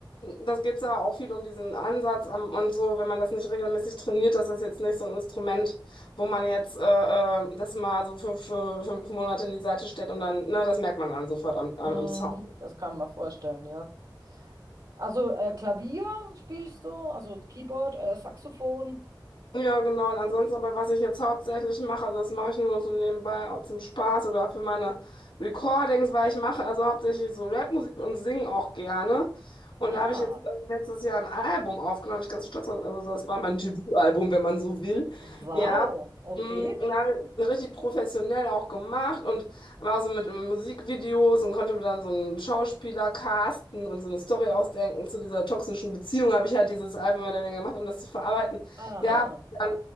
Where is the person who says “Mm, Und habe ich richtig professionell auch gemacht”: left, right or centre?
Left